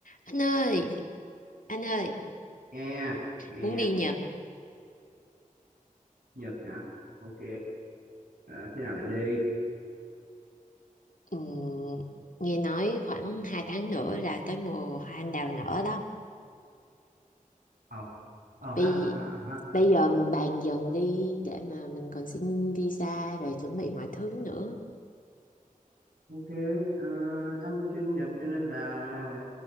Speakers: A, on the left; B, on the right.
A: Anh ơi, anh ơi,
B: nghe nghe
A: muốn đi Nhật.
B: Nhật hả ok ờ, khi nào định đi
A: Ừm, nghe nói khoảng 2 tháng nữa là tới mùa hoa anh đào nở đó.
B: ờ ờ
A: Bây,
B: ha ờ ha ờ ha
A: bây giờ mình bàn dần đi để mà mình còn xin visa rồi chuẩn bị mọi thứ nữa.
B: ok ờ, anh cũng chưa đi Nhật cho nên là